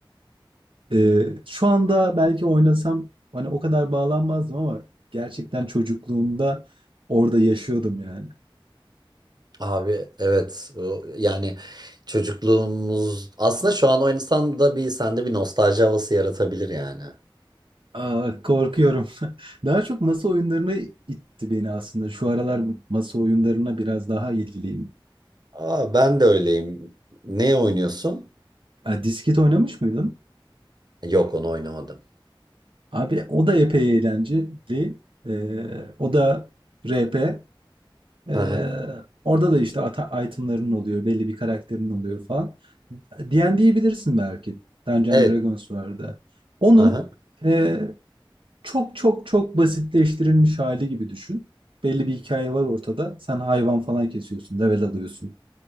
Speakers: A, on the right; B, on the right.
A: e, şu anda belki oynasam hani o kadar bağlanmazdım ama gerçekten çocukluğumda orada yaşıyordum yani.
B: Abi evet O- yani çocukluğumuz aslında şu an o insanda bir sende bir nostalji havası yaratabilir yani.
A: Aa, korkuyorum. <laughs> Daha çok masa oyunlarına itti beni aslında. Şu aralar masa oyunlarına biraz daha ilgiliyim.
B: Aa ben de öyleyim. Ne oynuyorsun?
A: Ha, disket oynamış mıydın?
B: Yok onu oynamadım.
A: Abi o da epey eğlenceli. Ee, o da RP. Ee,
B: Hı hı.
A: orada da işte ata- itemların oluyor, belli bir karakterin oluyor falan. D&D'yi bilirsin belki. Dungeons
B: Evet.
A: and Dragons vardı. Onun
B: Hı hı.
A: e, çok çok çok basitleştirilmiş hali gibi düşün. Belli bir hikaye var ortada. Sen hayvan falan kesiyorsun, level alıyorsun,